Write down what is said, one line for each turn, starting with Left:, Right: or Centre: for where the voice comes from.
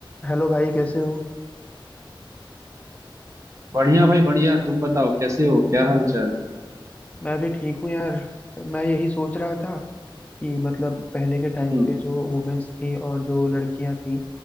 Left: हेलो भाई कैसे हो
Right: बढ़िया भाई बढ़िया तुम बताओ कैसे हो क्या हाल चाल
Left: मैं भी ठीक हूँ यार मैं यही सोच रहा था कि मतलब पहले के टाइम
Right: हम्म
Left: पे जो वुमेन्स थी और जो लड़कियां थी